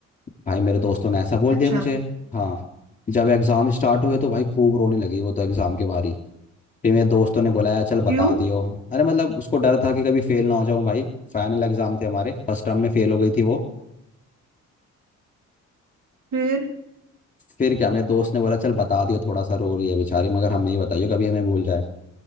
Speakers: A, on the left; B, on the right.
A: भाई मेरे दोस्तों ने ऐसा बोल
B: अच्छा
A: दिया मुझे हाँ जब एग्जाम स्टार्ट हुए तो भाई खूब रोने लगी वो तो एग्जाम के बाहर ही फिर मेरे दोस्तों ने बुलाया चल बता
B: क्यों
A: दियो अरे मतलब उसको डर था कि कभी फेल ना हो जाऊं भाई फाइनल एग्जाम थे हमारे फर्स्ट टर्म में फेल हो गई थी वो
B: फिर
A: फिर क्या मेरे दोस्त ने बोला चल बता दियो थोड़ा सा रो रही है बेचारी मगर हमें ही बताइयो कभी हमें भूल जाए